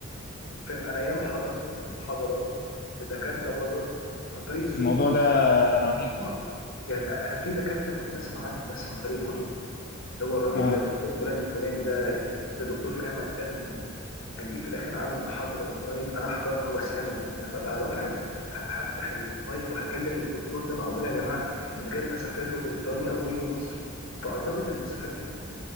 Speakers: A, on the left; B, on the left.
A: انا ياما حضرت محاضرات لدكاتره بره عن طريق الزوم
B: الموضوع ده رهيب
A: اه يعني انا في دكاتره كنت اسمع عنهم بس عن طريق الكتب اللي هو الراجل
B: اه
A: ده دكتور فلان الفلاني ده ده دكتور في جامعة ادنبرو الاقيه في الاخر عامل محاضرة اونلاين انا احضرها واساله انا ببقى رافع ه- هفتح ال- المايك وهكلم الدكتور ده معقول يا جماعة من غير ما اسافر له بريطانيا او هو يجي مصر فقربت المسافات جدا